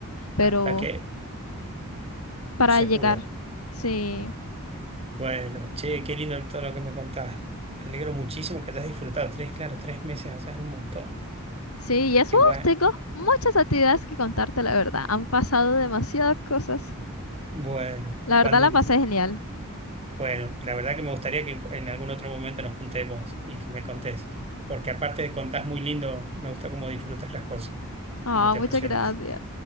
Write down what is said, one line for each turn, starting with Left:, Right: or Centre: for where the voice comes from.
Left: Pero
Right: Hasta que
Left: para
Right: se
Left: llegar,
Right: pudo.
Left: sí.
Right: Bueno, che, qué lindo todo lo que me contás. Me alegro muchísimo que hayas disfrutado. Tres, claro, tres meses allá es un montón.
Left: Sí, y eso
Right: Qué bueno.
Left: uf, tengo muchas actividades que contarte, la verdad. Han pasado demasiadas cosas.
Right: Bueno,
Left: La verdad
Right: cuando,
Left: la
Right: ent-
Left: pasé genial.
Right: bueno, la verdad que me gustaría que en algún otro momento nos juntemos y que me contés. Porque aparte de contás muy lindo, me gusta cómo disfrutas las cosas,
Left: Ah,
Right: cómo te
Left: muchas
Right: apasionas.
Left: gracias.